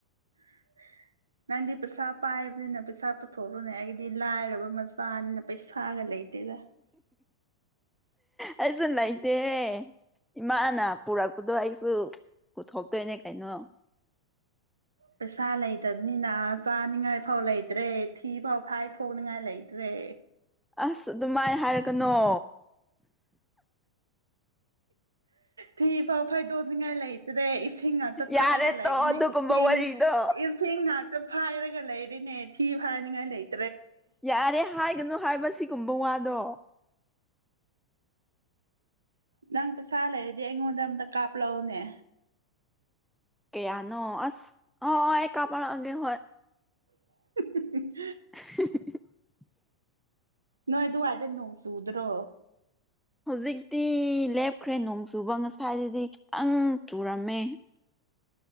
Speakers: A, on the right; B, in the centre.
A: <unintelligible> <inaudible> ꯅꯪꯗꯤ ꯄꯩꯁꯥ ꯄꯥꯏꯕꯅꯤꯅ ꯄꯩꯁꯥ ꯄꯨꯊꯣꯛꯂꯣꯅꯦ ꯑꯩꯒꯤꯗꯤ ꯂꯥꯏꯔꯕ ꯃꯆꯥꯅꯤꯅ ꯄꯩꯁꯥꯒ ꯂꯩꯇ ꯠꯇꯦꯗ <unintelligible> <inaudible>
B: ꯑꯩꯁ ꯅꯥꯏꯇ ꯏꯃꯥꯅ ꯄꯨꯔꯛꯄꯗꯣ ꯑꯩꯁꯨ ꯄꯨꯊꯣꯛꯇꯣꯏꯅꯦ ꯀꯩꯅꯣ
A: ꯄꯩꯁꯥ ꯂꯩꯇꯕꯅꯤꯅ ꯆꯥꯅꯤꯉꯥꯏ ꯐꯥꯎ ꯂꯩ ꯂꯩꯇ꯭ꯔꯦ ꯊꯤ ꯐꯥꯎ ꯐꯥꯏ ꯊꯣꯡꯅꯤꯡꯉꯥꯏ ꯂꯩꯇ꯭ꯔꯦ
B: ꯑꯁ ꯑꯗꯨꯃꯥꯏ ꯍꯥꯏꯔꯛꯀꯅꯣ
A: ꯐꯤ ꯐꯥꯎ ꯐꯥꯏꯗꯣꯟꯅꯤꯉꯥꯏ ꯂꯩꯇ꯭ꯔꯦ ꯏꯁꯤꯡ ꯉꯥꯛꯇ ꯊꯛꯑꯒ
B: ꯌꯥꯔꯦ
A: ꯂꯩꯕꯅꯦ
B: ꯇꯣ ꯑꯗꯨꯒꯨꯝꯕ
A: ꯏꯁꯤꯡ
B: ꯋꯥꯔꯤꯗꯣ
A: ꯏꯁꯤꯡ ꯞ ꯐꯥꯏꯔꯒ ꯂꯩꯔꯤꯅꯦ ꯊꯤ ꯐꯥꯏꯅꯤꯡꯉꯥꯏ ꯂꯩꯦ
B: ꯌꯥꯔꯦ ꯍꯥꯏꯒꯅꯨ ꯍꯥꯏꯕ ꯁꯤꯒꯨꯝꯕ ꯋꯥꯗꯣ
A: ꯅꯪ ꯄꯩꯁꯥ ꯂꯩꯔꯗꯤ ꯑꯩꯉꯣꯟꯗ ꯑꯝꯇ ꯀꯥꯞꯂꯛꯎꯅꯦ
B: ꯀꯌꯥꯅꯣ ꯑ ꯑ ꯑꯦꯥꯄ ꯑꯦ ꯍꯣꯏ
A: <inaudible> <unintelligible>
B: <unintelligible> <inaudible>
A: ꯅꯣꯏ ꯑꯗꯨꯋꯥꯏꯗ ꯅꯣꯡ ꯆꯨꯗ꯭ꯔꯣ
B: ꯍꯧꯖꯤꯛꯇꯤ ꯂꯦꯞꯈ꯭ꯔꯦ ꯅꯣꯡ ꯆꯨꯕ ꯉꯁꯥꯏꯗꯗꯤ ꯈꯤꯇꯪ ꯆꯨꯔꯝꯃꯦ
A: <unintelligible> <inaudible>